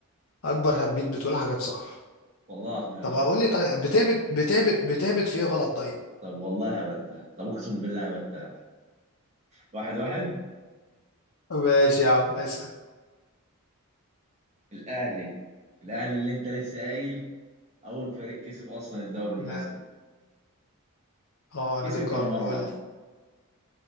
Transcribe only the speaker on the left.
أكبر هبيت بتقول حاجات صح
طب أقول لي طيب بتهبت بتهبت بتهبت في إيه غلط طيب
ماشي يا عم اسأل
لا اه
نادي القرن
قول لي